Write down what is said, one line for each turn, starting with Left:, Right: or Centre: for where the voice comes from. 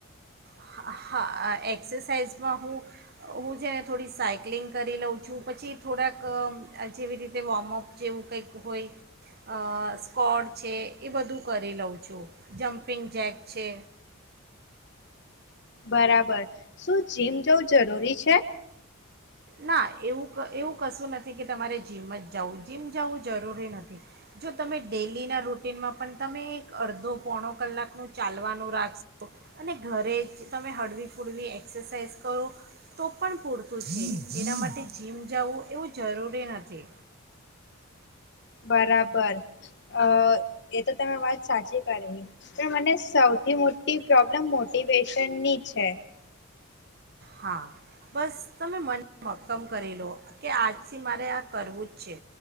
Right: હ હા અ એક્સરસાઇઝમાં હું હું જેને થોડી સાયક્લિંગ કરી લઉં છું. પછી થોડાક અં અ જેવી રીતે વોમઅપ જેવું કંઈક હોય. અ સ્ક્વૉડ છે એ બધું કરી લઉં છું. જમ્પિંગ જેક છે.
Left: બરાબર, શું જીમ જવું જરૂરી છે?
Right: ના, એવું ક એવું કશું નથી કે તમારે જીમ જ જાવું. જીમ જવું જરૂરી નથી. જો તમે ડેલીના રૂટીનમાં પણ તમે એક અડધો પોણો કલાકનું ચાલવાનું રાખશો અને ઘરે જ તમે હળવી ફૂળવી એક્સરસાઇઝ કરો, તો પણ પૂરતું છે. એના માટે જીમ જવું એવું જરૂરી નથી.
Left: બરાબર, અ એ તો તમે વાત સાચી કરી. પણ મને સૌથી મો ટી પ્રોબ્લમ મોટિવેશનની છે.
Right: હા, બસ તમે મન મક્કમ કરી લો કે આજથી મારે આ કરવું જ છે.